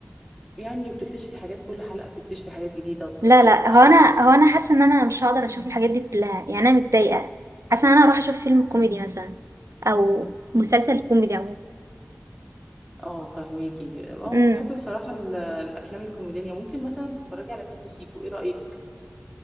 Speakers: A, in the centre; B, on the right.
A: يعني بتكتشفي حاجات كل حلقة بتكتشفي حاجات جديدة
B: لا
A: وبيعملوا
B: لا هو
A: ثورة
B: أنا هو أنا حاسة إن أنا مش هقدر أشوف الحاجات دي كلها يعني أنا متضايقة حاسة إن أنا هروح أشوف فيلم كوميدي مثلا أو مسلسل كوميدي
A: اه فهماكي اه
B: عموما
A: بحب بصراحة ال- الأفلام الكوميدية ممكن مثلا تتفرجي على سيكو سيكو ايه رأيك